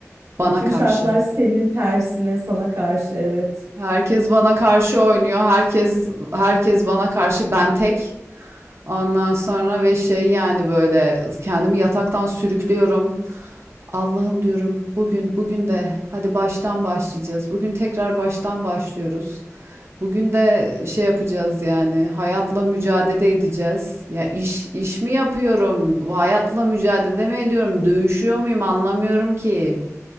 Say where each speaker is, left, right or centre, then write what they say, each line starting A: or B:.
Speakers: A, on the right; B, on the right.
A: bana
B: bütün
A: karşı.
B: şartlar senin tersine, sana karşı evet.
A: Herkes bana karşı oynuyor. Herkes herkes bana karşı ben tek. Ondan sonra ve şey yani böyle kendimi yataktan sürüklüyorum. Allah'ım diyorum bugün bugün de hadi baştan başlayacağız. Bugün tekrar baştan başlıyoruz. Bugün de şey yapacağız yani hayatla mücadele edeceğiz. Ya iş iş mi yapıyorum? Bu hayatla mücadele mi ediyorum? Dövüşüyor muyum? Anlamıyorum ki.